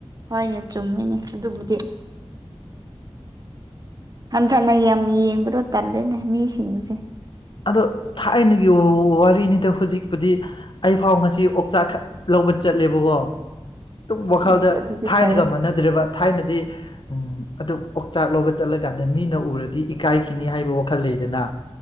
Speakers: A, on the right; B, on the left.
A: ꯍꯣꯏꯅꯦ ꯆꯨꯝꯃꯤꯅꯦ ꯑꯗꯨꯕꯨꯗꯤ ꯍꯟꯊꯅ ꯌꯥꯝ ꯌꯦꯡꯕꯗꯣ ꯇꯜꯂꯦꯅꯦ ꯃꯤꯁꯤꯡꯁꯦ
B: ꯑꯗꯣ ꯊꯥꯏꯅꯒꯤ ꯋꯥꯔꯤꯅꯤꯗ ꯍꯧꯖꯤꯛꯄꯨꯗꯤ ꯑꯩ ꯐꯥꯎ ꯉꯁꯤ ꯑꯣꯛꯆꯥꯛ ꯈꯛ ꯂꯧꯕ ꯆꯠꯂꯦꯕꯀꯣ ꯇꯨꯝ ꯋꯥꯈꯜꯗ
A: ꯌꯦꯁ ꯑꯗꯨꯗꯤ
B: ꯊꯥꯏꯅꯒ
A: ꯐꯩ
B: ꯃꯥꯟꯅꯗ꯭ꯔꯦꯕ ꯊꯥꯏꯅꯗꯤ ꯎꯝ ꯑꯗꯨ ꯑꯣꯛꯆꯥꯛ ꯂꯧꯕ ꯆꯠꯂꯀꯥꯟꯗ ꯃꯤꯅ ꯎꯔꯗꯤ ꯏꯀꯥꯏꯈꯤꯅꯤ ꯍꯥꯏꯕ ꯋꯥꯈꯜ ꯂꯩꯗꯅ